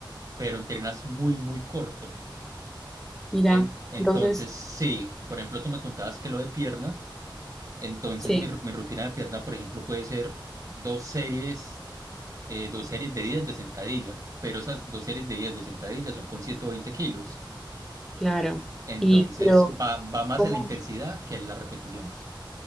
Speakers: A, on the right; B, in the centre.
A: pero entrenas muy, muy corto.
B: Mira,
A: En- entonces,
B: entonces,
A: sí, por ejemplo, tú me contabas que lo de pierna, entonces
B: sí,
A: mi, ru- mi rutina de pierna, por ejemplo, puede ser dos series, eh, dos series de 10 de sentadilla, pero esas dos series de 10 de sentadilla son con 120 kilos.
B: claro.
A: Entonces,
B: Y pero,
A: va, va más
B: ¿cómo,
A: en la intensidad que en las repeticiones.